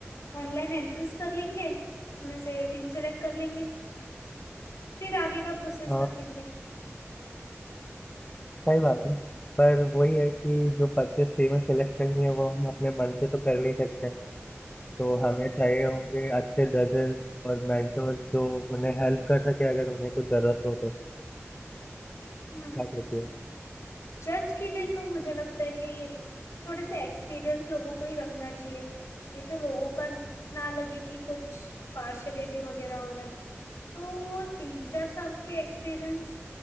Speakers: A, on the left; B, on the left.
A: ऑनलाइन एंट्रीज कर लेंगे उसमें से टीम सेलेक्ट कर लेंगे फिर आगे का प्रोसेस
B: हाँ
A: रखेंगे
B: सही बात है पर वही है कि जो पच्चीस टीमें सिलेक्ट करनी है वो हम अपने मन से तो कर नहीं सकते हैं तो हमें चाहिए होंगे अच्छे जजेस और मेंटोर्स जो उन्हें हेल्प कर सके अगर उन्हें कुछ जरूरत हो तो
A: हम्म
B: क्या कहती हो
A: जज के लिए तो मुझे लगता है कि थोड़े से एक्सपीरियंस लोगों को ही रखना चाहिए नहीं तो लोगों का ना लगे कि कुछ पार्शलिटी वगैरह हो रहा है तो तीन चार साल के एक्सपीरियंस